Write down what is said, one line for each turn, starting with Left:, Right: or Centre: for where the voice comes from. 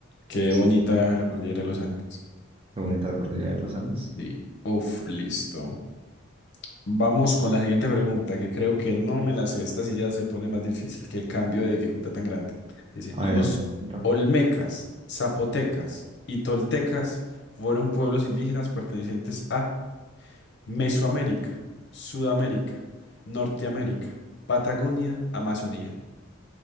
Left: Qué
Right: Sí,
Left: bonita la cordillera de los Andes.
Right: qué bonita la cordillera de los Andes.
Left: Sí. Uf, listo. Vamos con la siguiente pregunta, que creo que no me la sé. Esta sí ya se pone más difícil. Qué cambio de dificultad tan grande. Dice,
Right: A
Left: los
Right: ver, a ver. ¿no?
Left: olmecas, zapotecas y toltecas fueron pueblos indígenas pertenecientes a Mesoamérica, Sudamérica, Norteamérica, Patagonia, Amazonía.